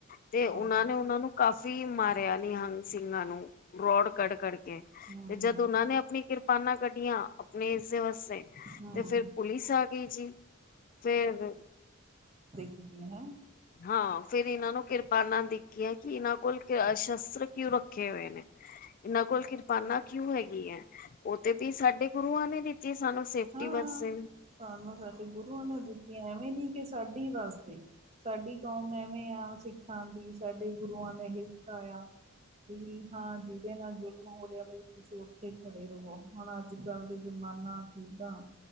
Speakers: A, on the left (about 40°); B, on the right (about 30°).
A: ਤੇ ਉਹਨਾਂ
B: ਹਾਂ
A: ਨੇ ਉਹਨਾ ਨੂੰ ਕਾਫ਼ੀ ਮਾਰਿਆ ਨਿਹੰਗ ਸਿੰਘਾਂ ਨੂੰ ਰੋਡ ਕੱਢ ਕਢੱ ਤੇ
B: ਹਮ ਹਮ
A: ਜਦ ਉਹਨਾਂ ਨੇ ਆਪਣੀ ਕਿਰਪਾਨਾਂ ਕੱਢੀਆਂ ਆਪਣੇ ਇਸੇ ਵਾਸਤੇ
B: ਹਮ
A: ਤੇ ਫੇਰ
B: ਹਮ
A: ਪੁਲਿਸ ਆ ਗਈ ਜੀ ਫੇਰ
B: ਹੈ <inaudible>
A: ਹਾਂ ਫੇਰ ਇਹਨਾਂ ਨੂੰ ਕਿਰਪਾਨਾ ਦਿਖ ਗਿਆਂ ਕਿ ਇਹਨਾਂ ਕੋਲ ਸ਼ਸਤਰ ਕਿਉਂ ਰੱਖੇ ਹੋਏ ਨੇ। ਇਹਨਾਂ ਕੋਲ ਕਿਰਪਾਨਾ ਕਿਉਂ ਹੈਗੀ ਐ ਉਹ ਤੇ ਵੀ ਸਾਡੇ ਗੁਰੂਆਂ ਨੇ ਦਿੱ ਸਾਨੂੰ ਸੇਫਟੀ
B: ਹਾਂ
A: ਵਸਤੇ ਵੀ
B: ਸਾਨੂੰ ਸਾਡੇ ਗੁਰੂਆਂ ਨੇ ਦਿੱਤੀਆਂ ਐਵੇਂ ਨੀ ਕਿ ਸਾਡੀ ਵਾਸਤੇ ਸਾਡੀ ਕੌਮ ਐਵੇਂ ਆ ਸਿੱਖਾਂ ਦੀ ਸਾਡੇ ਗੁਰੂਆਂ ਨੇ ਹੀ ਸਿਖਾਏਆ ਵੀ ਹਾਂ ਜਿਦੇ ਨਾਲ ਜ਼ੁਲਮ ਹੋ ਰਿਆ ਬਈ ਤੁਸੀ ਓਥੇ ਖੜੇ ਰਵੋ ਹੁਣ ਅੱਜ-ਕੱਲ ਦੇ ਜ਼ਮਾਨਾ ਕਿਦਾਂ